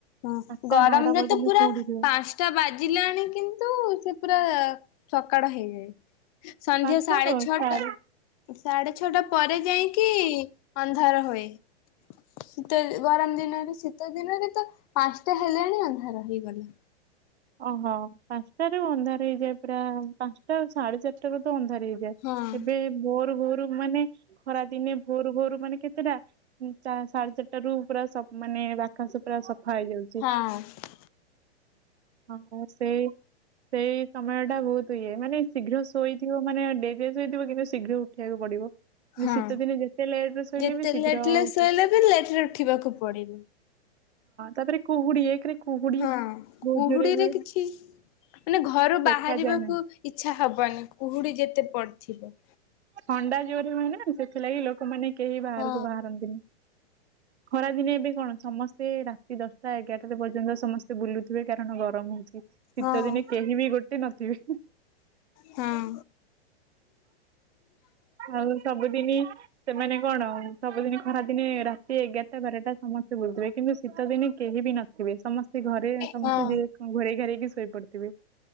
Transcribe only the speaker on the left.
ହୁଁ
ଗରମରେ
ତ ପୁରା
ପାଁଶ ଟା ବାଜିଲାଣି କିନ୍ତୁ ସେ ପୁରା ଆ ଆ ସକାଳ ହେଇଯାଏ। ସନ୍ଧ୍ୟା
ସାଢେ
ଛଅଟା
ସାଢେ ଛଅଟା ପରେ ଯାଇଁକି ଅନ୍ଧାର ହୋଏ ଶୀତ ଦି ଗରମ ଦିନରେ ଶୀତ ଦିନରେ ତ ପାଁଶଟା ହେଲାଣି ଅନ୍ଧାର ହେଇଗଲା।
ହଁ
ହଁ।
ହଁ
ଯେତେ
ଲେଟ
ଲେ ଶୋଇଲେ ବି ଲେଟ ରେ ଉଠିବାକୁ ପଡିବ
ହଁ
କୁହୁଡିରେ
କିଛି ମାନେ ଘରୁ
ବାହାରିବାକୁ
ଇଚ୍ଛା ହବନି, କୁହୁଡି ଯେତେ ପଡିଥିବ।
ହଁ
ହଁ
ହଁ
ହଁ